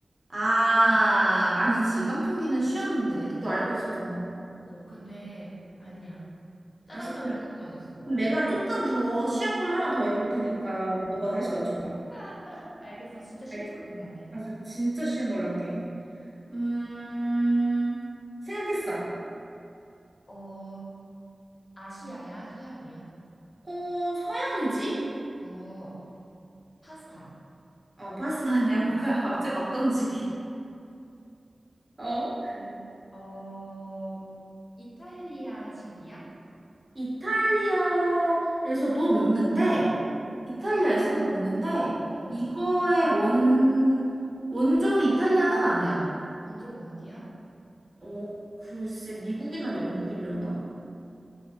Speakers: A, on the right; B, on the left.
A: 아, 아니지. 깐풍기는 쉬웠는데. 너도 알고 있었잖아.
B: 어, 근데 아니야. 짜장면이했
A: 알았어. 그럼
B: 썼어야 됐어.
A: 그럼 내가 조금 더 쉬운 걸 하나 더 해볼 테니까 너가 다시 맞춰봐.
B: <laughs> 알겠어. 진짜 쉬운
A: 알겠어.
B: 걸로 해야 돼.
A: 알았어. 진짜 쉬운 걸로 할게. 음, 생각했어.
B: 어, 아시아야, 서양이야?
A: 어, 서양이지?
B: 어, 파스타.
A: 어, 파스 아니야. <laughs> 뭐 그냥 갑자기 막 던지기. 어?
B: 근데, 어, 이탈리아식이야?
A: 이탈리아에서도 먹는데, 이탈리아에서도 먹는데,
B: 어,
A: 이거의 원, 원조는 이탈리아는 아니야.
B: 원조가 어디야?
A: 어, 글쎄, 미국이나 영국이려나?